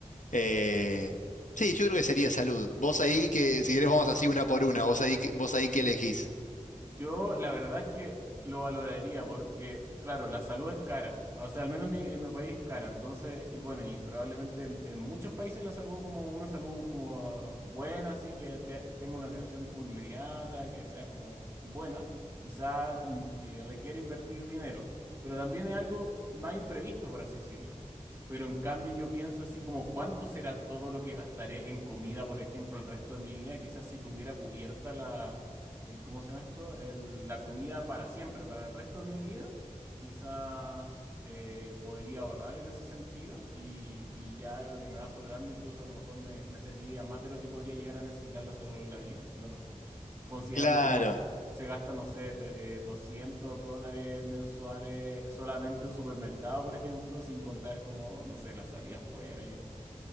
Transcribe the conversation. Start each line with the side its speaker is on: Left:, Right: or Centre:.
Left: Eh, sí, yo creo que sería salud. Vos ahí que, si querés, vamos así una por una. Vos ahí, que- vos ahí que elegís.
Right: Yo la verdad es que lo valoraría porque, claro, la salud es cara. O sea, al menos en mi, en mi país es cara. Entonces, y bueno, y probablemente en, en muchos países la salud como una salud como buena, así que te- tenga una atención como inmediata, que sea como buena, quizás in- eh, requiere invertir dinero. Pero también es algo más imprevisto, por así decirlo. Pero en cambio yo pienso así como cuánto será todo lo que gastaré en comida, por ejemplo, el resto de mi vida. Quizás si tuviera cubierta la el, ¿cómo se llama esto? El, la comida para siempre, para el resto de mi vida, quizás eh, podría ahorrar en ese sentido y, y ya lo que me va sobrando incluso a lo mejor me, me serviría más de lo que podría llegar a necesitar la salud en la vida, no lo sé. Considerando
Left: Claro,
Right: que uno se gasta, no sé, tre- eh, 200 dólares mensuales solamente en supermercado, por ejemplo, sin contar como, no sé, la salida afuera y eso.